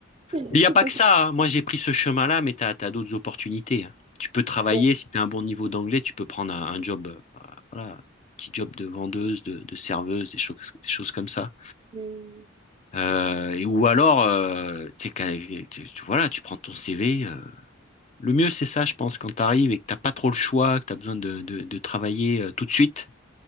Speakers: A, on the right; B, on the left.
A: <laughs>
B: Mais Il n'y a pas que ça. hein. Moi, j'ai pris ce chemin-là, mais tu as, d'autres opportunités. hein. Tu peux travailler,
A: Ouais.
B: si tu as un bon niveau d'anglais, tu peux prendre un, un job, euh, voilà, petit job de vendeuse, de, de serveuse, des choses, des choses comme ça.
A: Mm.
B: Euh, et, ou alors, euh, t'es qu'à- tu, tu- voilà, tu prends ton CV. Le mieux, c'est ça, je pense, quand tu arrives et que t'as pas trop le choix, que tu as besoin de, de- de travailler euh, tout de suite,